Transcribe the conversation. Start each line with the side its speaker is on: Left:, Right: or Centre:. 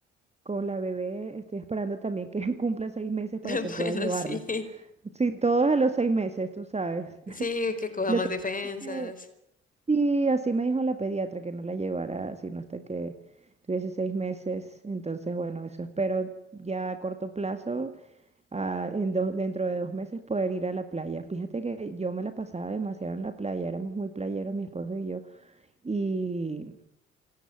Right: con la bebé estoy esperando también que <laughs> cumpla seis meses para
Left: <laughs> Bueno,
Right: que pueda llevarla.
Left: sí,
Right: Sí, todo es a los seis meses, tú sabes.
Left: sí,
Right: <laughs>
Left: que coja
Right: Lo
Left: más
Right: que
Left: defensas.
Right: pasa es que sí, así me dijo la pediatra que no la llevara sino hasta que tuviese seis meses. Entonces, bueno, eso espero ya a corto plazo, ah, en dos, dentro de dos meses poder ir a la playa. Fíjate que yo me la pasaba demasiado en la playa, éramos muy playeros, mi esposo y yo. y